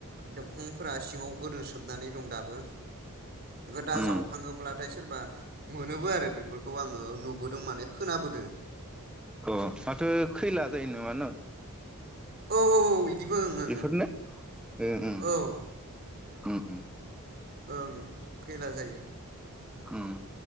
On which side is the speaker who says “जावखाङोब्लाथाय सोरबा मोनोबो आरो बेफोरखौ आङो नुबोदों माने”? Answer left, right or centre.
Right